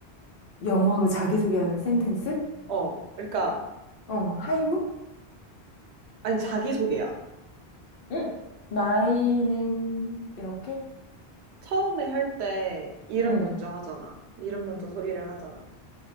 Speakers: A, on the left; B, on the right.
A: 영어로 자기소개하는 센텐스?
B: 어. 그러니까
A: 어, 하이무?
B: 아니 자기소개야.
A: 응, 마이 네임 이렇게?
B: 처음에 할 때 이름
A: 응.
B: 먼저 하잖아. 이름 먼저 소개를 하잖아.